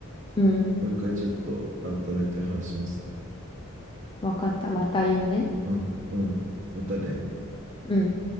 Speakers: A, on the left; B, on the right.
A: うん。
B: もう一回ちょっと改めて話しますか。
A: わかった。また言うね。
B: うん、うん。またね。
A: うん。